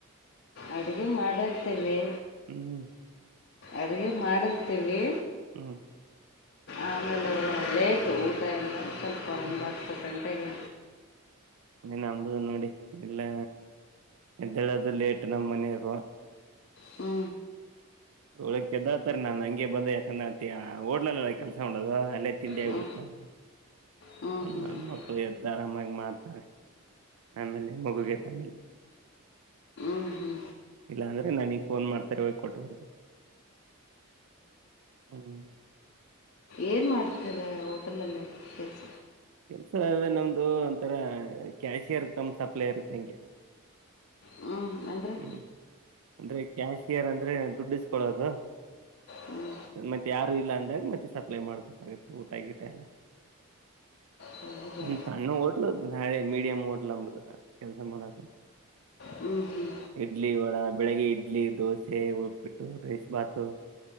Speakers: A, on the left; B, on the right.
A: ಅಡುಗೆ ಮಾಡಿರ್ತೀವಿ
B: ಹ್ಮ್
A: ಅಡುಗೆ ಮಾಡಿರ್ತೀವಿ
B: ಹ್ಮ್
A: ಆಮೇಲೆ ಲೇಟು ಊಟ ಎಲ್ಲಾ ಸ್ವಲ್ಪ ಒಂಬತ್ತು
B: ಹ್ಮ್
A: ಗಂಟೆಗೆ
B: ಏನ್ಂಬುದು ನೋಡಿ ಇಲ್ಲ ಎದ್ದೇಳದು ಲೇಟ್ ನಮ್ಮ ಮನೆವ್ರು
A: ಹ್ಞೂ
B: ಯೊಳಕ್ಕೆ ಎದ್ದೊಲ್ತರ್ರಿ ನನ್ ಹಂಗೆ ಬಂದ ಯಾಕಂದ್ರ ಓಡ್ಲಲ್ಲಲ್ಲ ಕೆಲ್ಸ ಮಾಡೋದು ಅಲ್ಲೇ ತಿಂಡಿ ಆಗಿಬಿಡುತ್ತ
A: ಹ್ಞೂ
B: ನ
A: ಹ್ಞೂ
B: ಆಮ್ಮ
A: ಹ್ಞೂ
B: ಮಕ್ಳು ಎದ್ದ ಆರಾಮಾಗಿ ಮಾಡ್ತಾರೆ ಆಮೇಲೆ ಮಗುಗೆ ತನ್ನಿಿಲ್ಲ
A: ಹ್ಞೂ ಹ್ಞೂ
B: ಇಲ್ಲಾ ಅಂದ್ರೆ ನಾನಗ್ ಫೋನ್ ಮಾಡ್ತಾರೆ ಹೋಗ ಕೊಟ್ಟು ಬರ್ಬೇಕು ಹ್ಮ್
A: ಏನ್ ಮಾಡ್ತೀರ ಹೋಟೆಲಲ್ಲಿ ಕೆಲ್ಸ
B: ಕೆಲ್ಸ ಅದೆ ನಮ್ದು ಒಂಥರ ಕ್ಯಾಶಿಯರ್ ಕಮ್ ಸಪ್ಲೈರುತ್ತೆ ಹಂಗೆ
A: ಹ್ಞೂ ಅಂದರೆ
B: ಹ್ಮ್ ಅಂದ್ರೆ ಕ್ಯಾಶಿಯರ್ ಅಂದ್ರೆ ದುಡ್ಡಿಸ್ಕೊಳ್ಳೋದು
A: ಹ್ಞೂ
B: ಮತ್ತೆ ಯಾರು ಇಲ್ಲ ಅಂದಾಗ ಮತ್ತೆ ಸಪ್ಲೈ ಮಾಡ್ಬೇಕೆ ಊಟ ಗೀಟ ಎಲ್ಲ
A: ಹೌದಾ
B: ಒಂದ ಸಣ್ಣ ಹೋಟ್ಲ್ ನಾಳೆ ಮೀಡಿಯಂ್ ಹೋಟ್ಲ್ ಅಂಬುದು ಕೆಲ್ಸ ಮಾಡೋದು
A: ಹ್ಞೂ ಹ್ಞೂ
B: ಇಡ್ಲಿ ವಡ ಬೆಳಗ್ಗೆ ಇಡ್ಲಿ ದೋಸೆ ಉಪ್ಪಬಿಟ್ಟು ರೈಸ್ ಭಾತು